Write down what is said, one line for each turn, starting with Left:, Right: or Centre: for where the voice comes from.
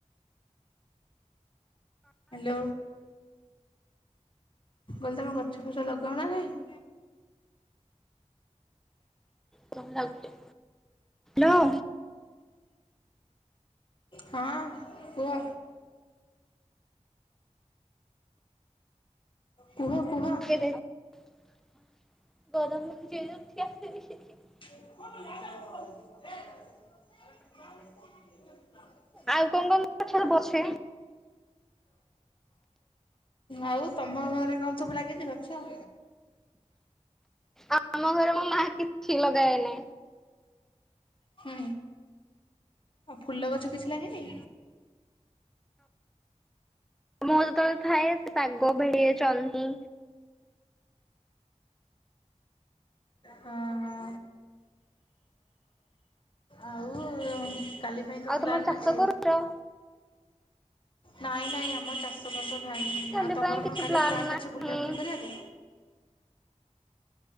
Left: ହାଲୋ କହିଲି ତମେ ଗଛ ଫଛ ଲଗାଅ ନା ନାହିଁ?
Centre: କଣ ଲାଗୁଚି ହାଲୋ।
Left: ହଁ କୁହ। କୁହ କୁହ।
Centre: <unintelligible>
Left: <unintelligible>
Centre: ଆଉ କଙ୍ଗ କଙ୍ଗ ଗଛରେ ବସେ?
Left: ଆଉ ତମ ଘରେ କଣ ସବୁ ଲାଗିଛି ଗଛ?
Centre: ଆମ ଘରେ ମୋ ମା କିଛି ଲଗାଏନି।
Left: ହୁଁ ଆ ଫୁଲ ଗଛ କିଛି ଲାଗିନି?
Centre: ମୁଁ ଯେତେବେଳେ ଥାଏ ସେ ପାଗ ଭେଡିରେ ଜହ୍ନି।
Left: ହଁ ହଁ ଆଉ। କାଲି ପାଇଁ କଣ
Centre: ଆଉ ତମର
Left: ପ୍ଲାନ୍
Centre: ଚାଷ
Left: ଅଛି
Centre: କରୁଛ?
Left: ନାଇଁ ନାଇଁ ଆମ ଚା ଷ ଫାଷ ନାହିଁ
Centre: କାଲି
Left: ଆଉ ତମର
Centre: ପାଇଁ କିଛି
Left: କଣ କାଲି ପ୍ଲାନ୍
Centre: ନାହିଁ।
Left: ଅଛି ବୁଲା ବୁଲି କରିବାକୁ?